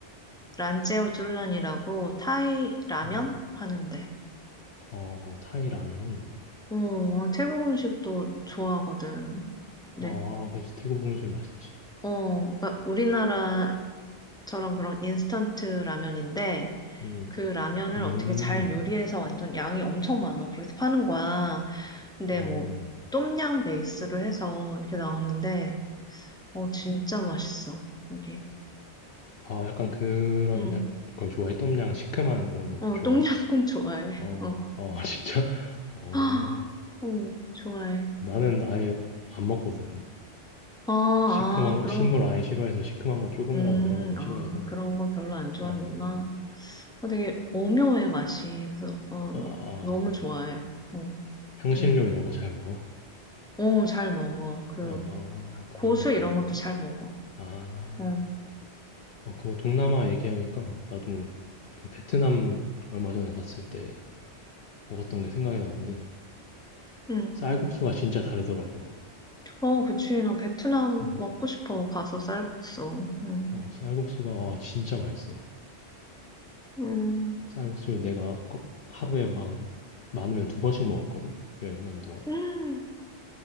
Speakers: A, in the centre; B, on the left (about 60°).
A: 란제오 쭌런이라고, 타이 라면
B: 음.
A: 파는데.
B: 어, 타이 라면.
A: 어, 태국 음식도 좋아하거든. 네.
B: 어, 그지 태국 음식 맛있지.
A: 어, 그러니까 우리나라 저런 그런 인스턴트 라면인데
B: 음,
A: 그 라면을
B: 음,
A: 어떻게 잘 요리해서 완전 양이 엄청 많아. 그렇게 파는 거야. 근데
B: 어,
A: 뭐 똠양 베이스로 해서 이렇게 나오는데 어 진짜 맛있어. 여기.
B: 어, 약간 그런
A: 응.
B: 약- 걸 좋아해? 똠양 시큼한 그런 거
A: 어
B: 좋아해?
A: 똠양꿍 좋아해.
B: 어,
A: 어.
B: 어, <laughs> 진짜? 어,
A: 아, 응, 좋아해.
B: 나는
A: 응.
B: 아예 안 먹거든.
A: 아,
B: 시큼한
A: 아,
B: 거,
A: 그런
B: 신걸 아예 싫어해서 시큼한 거 조금이라도
A: 음,
B: 들어가면
A: 아,
B: 싫어해서
A: 그런 거 별로 안 좋아하는구나.
B: 잘 안 먹는데.
A: 어, 되게 오묘해 맛이. 그래서 어
B: 아 아,
A: 너무
B: 그래.
A: 좋아해. 어,
B: 향신료
A: 응.
B: 이런 거 잘 먹어?
A: 어, 잘 먹어. 그
B: 아 아, 그러면
A: 고수
B: 좋아하겠다.
A: 이런 것도 잘 먹어.
B: 아
A: 어,
B: 어, 그거 동남아 얘기하니까 나도 그 베트남 얼마 전에 갔을 때 먹었던 게 생각이 나는데
A: 응.
B: 쌀국수가 진짜 다르더라고.
A: 어, 그치. 나 베트남
B: 음.
A: 먹고 싶어. 가서 쌀국수. 응.
B: 어, 쌀국수가 아, 진짜 맛있어.
A: 음.
B: 쌀국수를 내가 거- 하루에 반 많으면 두 번씩 먹었거든. 여행 가는 동안.
A: 음.